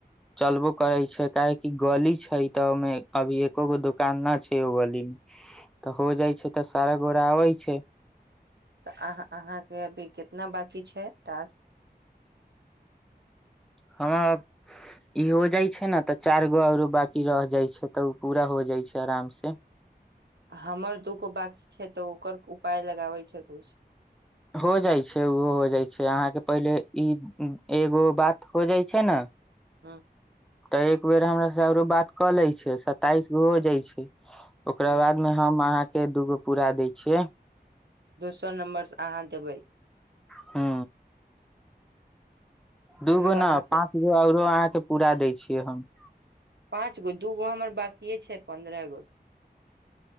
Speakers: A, in the centre; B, on the right.
A: चलबो करै छै काहेकि गली छै तऽ ओहिमे अभी एकोगो दुकान नऽ छै ओ गली मे तऽ हो जाइ छै तऽ सारा गोड़ आबै छैय
B: तऽ अहाँ अहाँके अभी कितना बाकी छै टास्क
A: हमर ई हो जाय छै ने ते चार गो आऔरो बाकी रह जाय छै तऽ उ पूरा हो जाय छै आराम से
B: हमर दूगो बकी छै तऽ ओकर उपाय लगाबै छै किछ
A: हो जाइ छै ओहो हो जाइ छै अहाँके पहिले ई एगो बात हो जाइ छै नऽ
B: ह
A: तऽ एक बेर हमरा से आरो बात कऽ ले छै सताईस गो हो जाइ छै ओकरा
B: ह
A: बाद मे हम अहाँ कऽ दूगो पूरा दय छियै
B: दोसर नम्बरसँ अहाँ देबै
A: हू दूगो
B: चलू
A: ने
B: अहाँ से
A: पाँच गो आओरो अहाँके पूरा दै छियै हम
B: पाँच गो दूगो हमर बाकिे छै पंन्द्रह गो